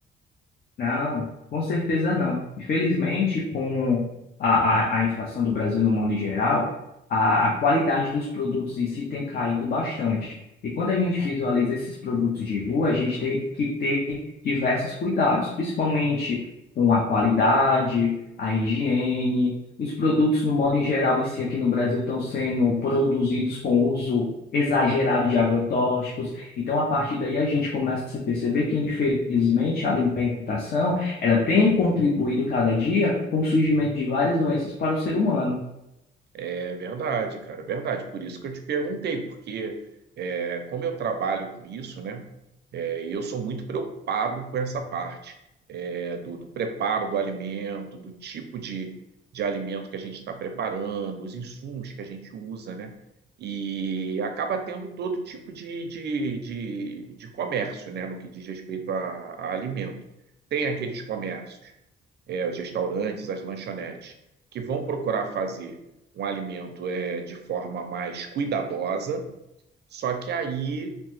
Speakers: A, on the left (about 50°); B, on the right (about 55°).
A: Não, com certeza não. Infelizmente, com a, a, a inflação do Brasil no mundo em geral, a, a qualidade dos produtos em si tem caído bastante. E quando a gente visualiza esses produtos de rua, a gente tem que ter diversos cuidados, principalmente com a qualidade, a higiene. Os produtos, no modo em geral, em si aqui no Brasil, estão sendo produzidos com uso exagerado de agrotóxicos. Então, a partir daí, a gente começa a perceber que, infelizmente, a alimentação, ela tem contribuído cada dia com o surgimento de várias doenças para o ser humano.
B: É verdade, cara, é verdade. Por isso que eu te perguntei, porque é, como eu trabalho com isso, né, é, e eu sou muito preocupado com essa parte. é, do, do, preparo do alimento, do tipo de, de alimento que a gente está preparando, os insumos que a gente usa, né? E acaba tendo todo tipo de, de, de, de comércio, né? No que diz respeito a, a alimento. Tem aqueles comércios, é, os restaurantes, as lanchonetes, que vão procurar fazer um alimento é, de forma mais cuidadosa, só que aí